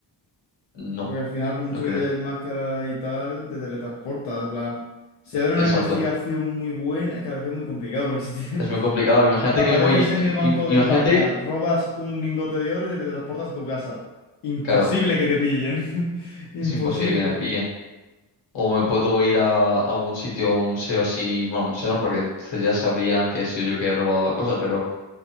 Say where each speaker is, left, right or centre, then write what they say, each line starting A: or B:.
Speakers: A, on the left (about 85°); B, on the left (about 70°).
A: No,
B: Porque al final, por mucho
A: no creo.
B: que lleves máscara y tal, te teletransportas. en plan, si habrá
A: Exacto.
B: una investigación muy buena, claro, es que es muy complicado, porque si te,
A: Es
B: <laughs>
A: muy complicado. Imagínate
B: Apareces
A: que me voy...
B: en
A: i-
B: el Banco
A: im- Imagínate...
B: de España, robas un lingote de oro y te teletransportas a tu casa. Imposible
A: Claro,
B: que te pillen. <laughs> Imposible.
A: es imposible que me pillen. O me puedo ir a algún sitio, un museo así... Bueno, museo no, porque entonces ya sabrían que he sido yo que he robado la cosa, pero...